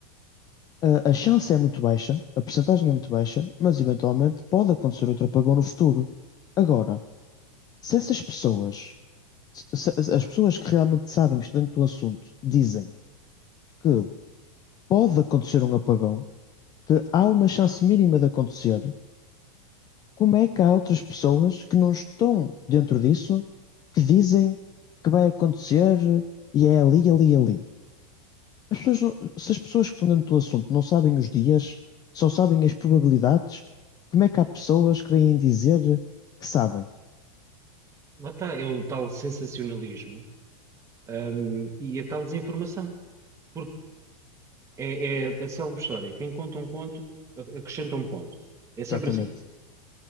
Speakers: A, on the left (about 20°); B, on the right (about 15°).
A: eh, a chance é muito baixa, a percentagem é muito baixa, mas eventualmente pode acontecer outro apagão no futuro. Agora, se essas pessoas, se- se- as pessoas que realmente sabem, que estão dentro do assunto, dizem que pode acontecer um apagão, que há uma chance mínima de acontecer, como é que há outras pessoas que não estão dentro disso que dizem que vai acontecer e é ali, ali, ali? As pessoas não- se as pessoas que estão dentro do assunto não sabem os dias, só sabem as probabilidades, como é que há pessoas que vêm dizer que sabem?
B: Lá está, é o tal sensacionalismo, hum, e a tal desinformação. Porque é, é a célebre história. Quem conta um conto, a- acrescenta um ponto. É sempre
A: Exatamente,
B: assim.